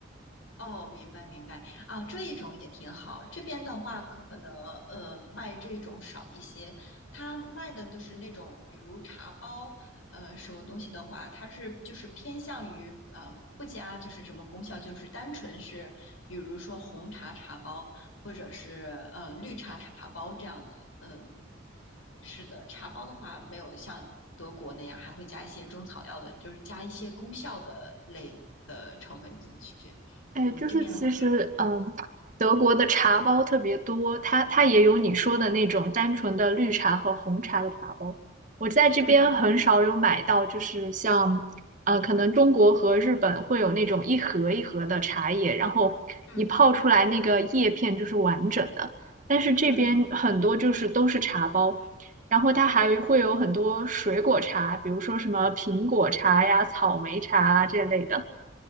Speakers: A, on the left; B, on the right.
A: 哦，明白明白啊，这一种也挺好。这边的话，可能呃卖这种少一些，他卖的都是那种，比如茶包，呃，什么东西的话，它是就是偏向于呃不加就是什么功效，就是单纯是比如说红茶茶包或者是呃绿茶茶包这样的。嗯、是的，茶包的话没有像德国那样还会加一些中草药的，就是加一些功效的类的成分进去。
B: 哎，
A: 嗯，
B: 就是其实，
A: 这边的话，
B: 嗯，德国的茶包特别多，它它也有你说的那种单纯的绿茶和红茶的茶包。我在这边很少有买到，
A: 嗯
B: 就是像，呃，可能中国和日本会有那种一盒一盒的茶叶，然后你泡出来那个叶片就是完整的。
A: 嗯
B: 但是这边很多就是都是茶包，
A: 嗯嗯
B: 然后它还会有很多水果茶，比如说什么苹果茶呀、草莓茶啊这类的。